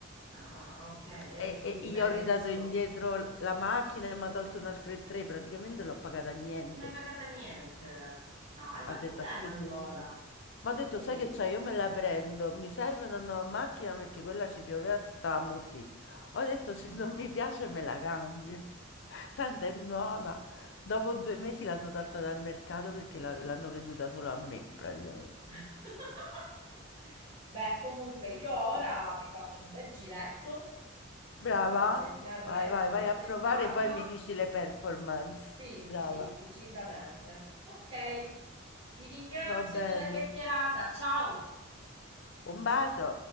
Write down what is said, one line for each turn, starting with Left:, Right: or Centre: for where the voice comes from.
Right: Ah, ok. E,
Left: E,
Right: e
Left: e
Right: quindi
Left: gli
Right: vai-
Left: ho ridato
Right: hai visto?
Left: indietro la macchina e mi ha tolto un altro 3, praticamente l'ho pagata a niente.
Right: E non hai pagata niente. No, hai fatto
Left: Ho detto
Right: bene
Left: a sto
Right: allora.
Left: punto. Ma ho detto,
Right: Sì.
Left: sai che c'è, io me la prendo, mi serve una nuova macchina perché quella ci pioveva, si stava a muffi. Ho detto, se
Right: Mm.
Left: non mi piace me la cambio. <laughs> Tanto è nuova. Dopo due mesi l'hanno tolta dal mercato perché la- l'hanno venduta solo a me, praticamente.
Right: <laughs> Beh, comunque io ora mi faccio un bel giretto, voglio
Left: Brava?
Right: andare fino a Reggio
Left: Vai, vai,
Right: per
Left: vai a
Right: testarla.
Left: provare, e poi mi dici le performance.
Right: Sì,
Left: Brava.
Right: sì, decisamente. Ok, ti ringrazio
Left: Va bene.
Right: della chiacchierata. Ciao!
Left: Un bacio.